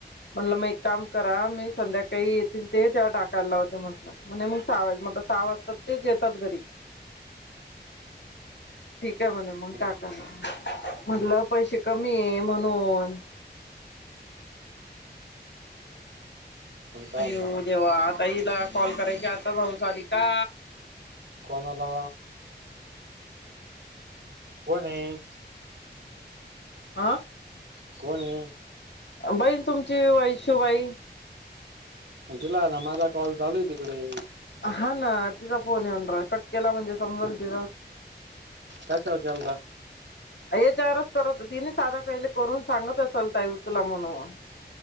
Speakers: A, on the left (about 80°); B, on the right (about 80°).
A: म्हणलं मग एक काम करा, मी संध्याकाळी येतील ते तेव्हा टाकायला लावते म्हटलं. म्हणे मग साहा वाजे, म्हटल साहा वाजता ते येतात घरी. ठीक आहे म्हणे मग
B: का
A: टाकाला म्हटलं पैसे कमी आहे म्हणून.
B: मग काय
A: अयऊ
B: म्हणला
A: जव्हा आता हिला कॉल करायची आता भाऊ चाली का.
B: कोणाला कोण आहे
A: आं
B: कोण आहे.
A: बईण तुमची वैशूबाई.
B: तुला ना माझा कॉल चालू आहे तिकडे.
A: हा ना तिचा फोन ये म्हणार कटकेला म्हणजे समज ति
B: कसे होजलदा.
A: हे चारच करत तिने साधा कहीले करून सांगत असाल तर उचला म्हणून.